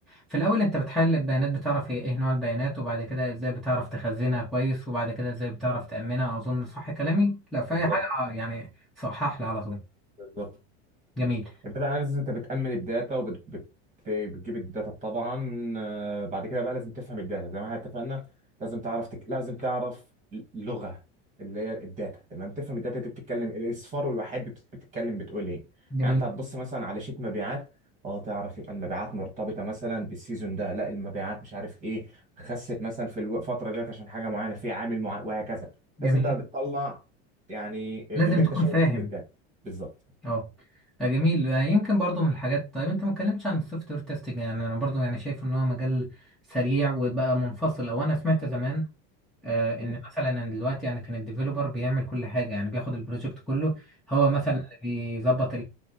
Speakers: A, in the centre; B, on the right (about 25°).
A: في الأول أنت بتحلل البيانات بتعرف هي إيه نوع البيانات وبعد كده إزاي بتعرف تخزنها كويس وبعد كده إزاي بتعرف تأمنها أظن صح كلامي؟ لو في
B: بالظبط
A: أي حاجة آه، يعني صحح لي على طول
B: بالظبط
A: جميل
B: الداتا اناليسيس انت بتأمن الداتا وبتجيب الداتا طبعا آه، بعد كده بقى لازم تفهم الداتا زي ما احنا اتفقنا لازم تعرف تك... لازم تعرف لغة اللي هي الداتا تمام تفهم الداتا انت بتتكلم الاصفار والوحيد بت- بتتكلم بتقول ايه
A: جميل
B: يعني انت هتبص مثلا على شيت مبيعات اه تعرف يبقى المبيعات مرتبطة مثلا بالسيزون ده لا المبيعات مش عارف ايه خست مثلا في الفترة ديت عشان حاجة معينة في عامل معين وهكذا
A: جميل
B: لازم بقى بتطلع يعني
A: لازم
B: آه، اللي انت
A: تكون
B: شايفه
A: فاهم
B: من الداتا بالظبط
A: أه آه، جميل آه، يمكن برضو من الحاجات طيب أنت ما اتكلمتش عن السوفت وير تيستنج يعني أنا برضو يعني شايف إن هو مجال سريع وبقى منفصل أو أنا سمعت زمان آه،
B: مم.
A: ان مثلا أنا دلوقتي يعني كان الديفيلوبر بيعمل كل حاجه يعني بياخد البروجكت كله هو مثلا اللي بيظبط